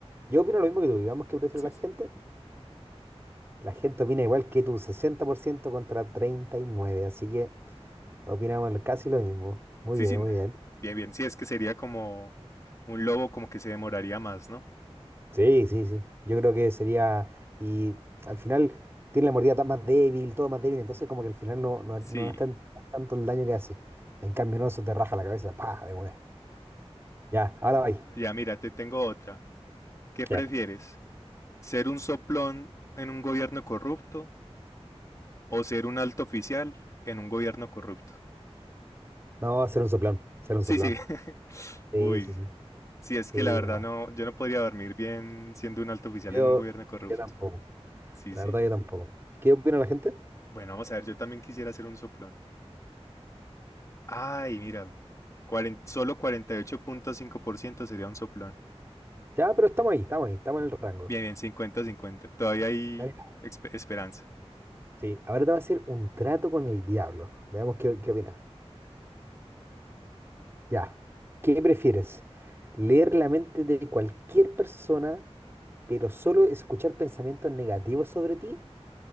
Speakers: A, on the right; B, on the left.
A: Yo opino lo mismo que tú. y que prefiero
B: Sí,
A: la
B: sí.
A: gente. La gente opina igual que tú, 60% contra 39, así que opinamos casi lo mismo. Muy
B: Sí,
A: bien,
B: sí. n-
A: muy bien.
B: Bien, bien. Sí, es que sería como un lobo como que se demoraría más, ¿no?
A: Sí, sí, sí. Yo creo que sería. Y al final tiene la mordida tan más débil, todo más débil, entonces como que al final no, no,
B: Sí.
A: no es tan- no es tanto el daño que hace. En cambio, no, eso te raja la cabeza, pa, de una. Ya, ahora vais.
B: Ya, mira, te tengo otra. ¿Qué prefieres?
A: Ya.
B: ser un soplón en un gobierno corrupto o ser un alto oficial en un gobierno corrupto.
A: No, hacer un soplón, hacer un
B: Sí,
A: soplón.
B: sí. <laughs>
A: Sí,
B: Uy,
A: sí, sí.
B: sí, es
A: Sí,
B: que la verdad
A: no.
B: no, yo no podría dormir bien siendo un alto oficial
A: Yo,
B: en un gobierno corrupto.
A: yo tampoco.
B: Sí,
A: La
B: sí.
A: verdad, yo tampoco. ¿Qué opina la gente?
B: Bueno, vamos a ver, yo también quisiera ser un soplón. Ay, mira, cuaren- solo 48.5% sería un soplón.
A: Ya, pero estamos ahí, estamos ahí, estamos en el rango.
B: Bien, bien, 50-50. Todavía hay
A: Ya, mira.
B: exp- esperanza.
A: Sí, ahora te voy a hacer un trato con el diablo. Veamos qué, qué opinas. Ya. ¿Qué prefieres? ¿Leer la mente de cualquier persona, pero solo escuchar pensamientos negativos sobre ti?